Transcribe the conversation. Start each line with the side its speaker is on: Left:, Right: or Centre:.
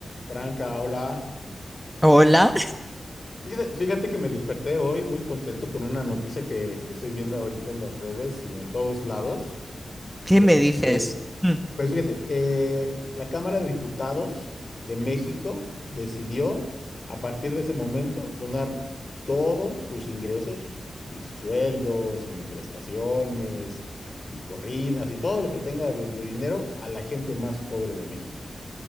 Left: Franca, hola.
Centre: Hola,
Left: Fíjate, fíjate que me desperté hoy muy contento con una noticia que, que estoy viendo ahorita en las redes y en todos lados.
Centre: ¿qué
Left: Este,
Centre: me dices? Mm,
Left: pues fíjate, eh, la Cámara de Diputados de México decidió a partir de ese momento donar todos sus ingresos, de sueldos y prestaciones y corridas y todo lo que tenga de de dinero a la gente más pobre de México.